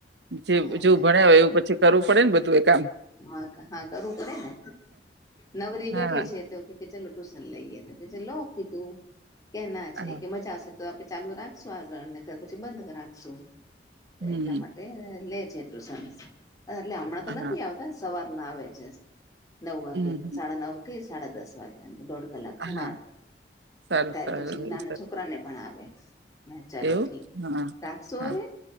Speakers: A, on the right; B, on the left.
A: જે
B: હા
A: જો ભણ્યા હોય એવું પછી કરૂ પડે ને બધું એ કામ
B: હા હા કરવું પડે ને નવરી
A: હા
B: બેઠી છે તો કે કે ચલો ટ્યુશન લઈએ તો કે ચલો કીધું કેના છે
A: હા
B: કે મજાશે આવશે તો આપે ચાલુ રાખશું આગળ પછી બંધ રાખશું
A: હમ્મ
B: એટલા માટે તે લે છે ટ્યુશન એટલે અમણાં તો
A: હા
B: નથી આવતા સવારના આવે છે. નવ વાગે
A: હમ્મ
B: સાડા નવથી સાડા દસ વાગ્યા દોડ કલાક ભણાવે
A: હા સારું
B: અત્યારે
A: સારું
B: પછી નાના છોકરાને ભણાવે. હા ચાલો
A: એવું
B: ઠીક
A: હા
B: રાખશો
A: હા
B: અવે